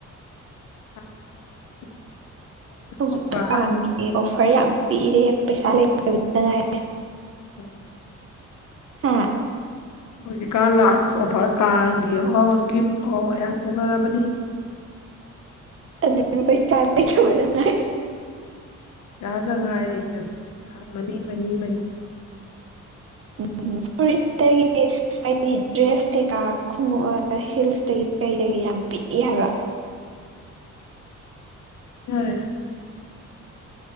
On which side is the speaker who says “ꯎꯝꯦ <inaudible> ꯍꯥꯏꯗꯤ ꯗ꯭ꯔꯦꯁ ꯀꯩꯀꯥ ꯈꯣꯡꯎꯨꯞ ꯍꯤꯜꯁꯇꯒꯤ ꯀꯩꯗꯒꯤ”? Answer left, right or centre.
Right